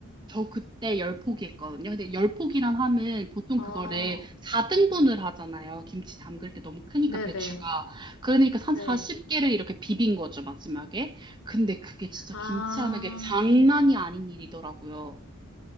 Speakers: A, on the right; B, on the left.
A: 저 그때 열포기 했거든요. 근데 열포기란 함은 보통
B: 어,
A: 그거를 4등분을 하잖아요. 김치 담글 때 너무 크니까
B: 네네.
A: 배추가.
B: 네.
A: 그러니까 한
B: 네.
A: 40개를 이렇게 비빈 거죠, 마지막에. 근데 그게 진짜
B: 아,
A: 김치 하는 게 장난이 아닌 일이더라고요.